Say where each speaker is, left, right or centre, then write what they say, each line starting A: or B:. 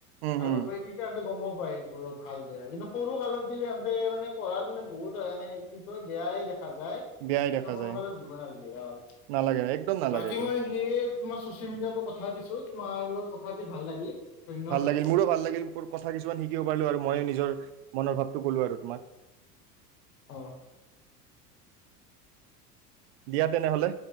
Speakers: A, on the right; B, on the left.
A: উম
B: আৰু
A: উম
B: এই <unintelligible> গম গম <unintelligible> ভাল বেয়া কিন্তু সৰু কালত দিলেহতে মানে পঢ়া মানে বহুত হয়ে কি বেয়াই দেখ যায় কিন্তু
A: বেয়াই দেখা
B: সৰু
A: যায়
B: কালত দিব নালাগে অ
A: নালাগে একদম নালাগে
B: বাকী
A: এইটো
B: মই সে তোমাৰ চচিয়েল মিডিয়াৰ পৰা কথা পাতিছো তোমাৰ লগত কথা পাতি ভাল লাগিল ধন্যবাদ।
A: ভাল লাগিল মোৰো ভাল লাগিল কথা কিছুমান শিকিব পাৰিলো আৰু মই নিজৰ মনৰ ভাৱটো ক'লো আৰু তোমাক
B: অ'
A: দিয়া তেনেহ'লে